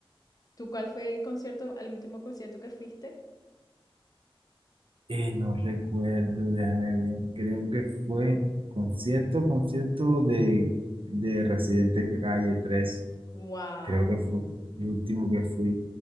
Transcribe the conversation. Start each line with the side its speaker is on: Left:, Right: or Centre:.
Left: ¿Tú cuál fue el concierto, al último concierto que fuiste?
Right: Eh, no recuerdo, déjame ver. Creo que fue concierto, concierto de, de Residente Calle 13.
Left: ¡Wow!
Right: Creo que fue el último que fui